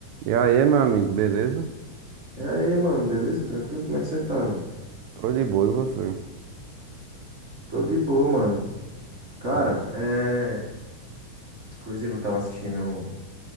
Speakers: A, on the right; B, on the right.
A: E aí, meu amigo, beleza?
B: E aí, mano, beleza? Tranquilo? Como é que você tá, velho?
A: Tô de boa, e você?
B: Tô de boa, mano. Cara,
A: Ó,
B: é. Inclusive, eu tava assistindo.